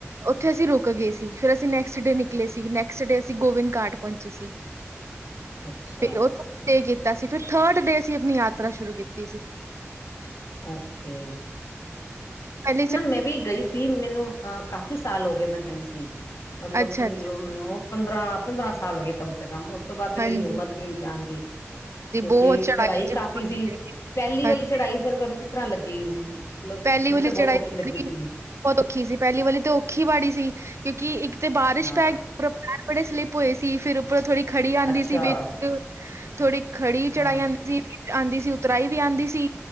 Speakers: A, on the right (about 70°); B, on the left (about 75°).
A: ਉੱਥੇ ਅਸੀਂ ਰੁਕ ਗਏ ਸੀ ਫੇਰ ਅਸੀਂ ਨੈਕਸਟ ਡੇ ਨਿਕਲੇ ਸੀ, ਨੈਕਸਟ ਡੇ ਅਸੀਂ ਗੋਬਿੰਦ ਘਾਟ ਪਹੁੰਚੇ ਸੀ।
B: ਅੱਛਾ
A: ਫਿਰ ਉਥੇ ਸਟੇ ਕੀਤਾ ਸੀ, ਫਿਰ ਥਰਡ ਡੇ ਅਸੀਂ ਆਪਣੀ ਯਾਤਰਾ ਸ਼ੁਰੂ ਕੀਤੀ ਸੀ।
B: ਓਕੇ,
A: ਪਹਿਲੇ
B: ਮੈਂ ਵੀ ਗਈ ਸੀ। ਮੈਨੂੰ, ਅਹ ਕਾਫੀ ਸਾਲ ਹੋ ਗਏ ਮੈਂ ਗਈ ਸੀ, ਮਤਲਬ
A: ਅੱਛਾ-ਅੱਛਾ
B: ਸਮਝੋ ਮੈਨੂੰ ਪੰਦਰਾਂ ਪੰਦਰਾਂ ਸਾਲ ਹੋ ਗਏ ਕਮ ਸੇ ਕਮ, ਉਸ ਤੋਂ ਬਾਅਦ ਤੇ
A: ਹਾਂਜੀ-ਹਾਂਜੀ
B: ਮੇਰੀ ਹਿੰਮਤ ਨਹੀਂ ਹੋਈ ਜਾਣ ਦੀ।। ਕਿਉਂਕਿ
A: ਬਹੁਤ
B: ਚੜਾਈ
A: ਜੀ, ਬਹੁਤ
B: ਕਾਫ਼ੀ ਸੀ,
A: ਚੜਾਈ।
B: ਪਹਿਲੀ
A: ਹਾਂਜੀ
B: ਵਾਲੀ ਚੜ੍ਹਾਈ ਫੇਰ ਤੁਹਾਨੂੰ ਕਿਸ ਤਰ੍ਹਾਂ ਲੱਗੀ? ਮਤਲਬ
A: ਪਹਿਲੀ
B: ਮੈਨੂੰ
A: ਵਾਲੀ
B: ਤਾਂ ਬਹੁਤ
A: ਚੜਾਈ
B: ਔਖੀ ਲੱਗੀ ਸੀ।
A: ਬਹੁਤ ਔਖੀ ਸੀ ਪਹਿਲੀ ਵਾਲੀ ਤੇ ਔਖੀ ਬਾੜੀ ਸੀ, ਕਿਉਂਕਿ ਇੱਕ ਤੇ ਬਾਰਿਸ਼
B: ਹਾਂ
A: ਪੈ ਗਈ <unintelligible> ਪੈਰ ਸਲਿਪ ਹੋਏ ਸੀ, ਫੇਰ ਉੱਪਰੋਂ ਥੋੜੀ ਖੜੀ ਆਉਂਦੀ
B: ਅੱਛਾ
A: ਸੀ ਵਿੱਚ ਥੋੜੀ ਖੜੀ ਚੜਾਈ
B: ਹਾਂ
A: ਆਉਂਦੀ ਸੀ ਆਂਦੀ ਸੀ। ਉਤਰਾਈ ਵੀ ਆਉਂਦੀ ਸੀ